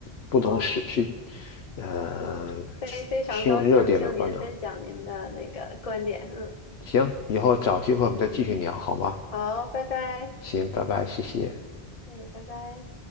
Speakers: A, on the left; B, on the left.
A: 不同事事，
B: 好，
A: 呃，
B: 嗯，非非常高兴听您分享您的那个观点，
A: 是新闻热点的，反正
B: 嗯，
A: 行，以后找机会我们再继续聊，好吗？
B: 好，拜拜，
A: 行，拜拜，谢谢。
B: 哎，拜拜。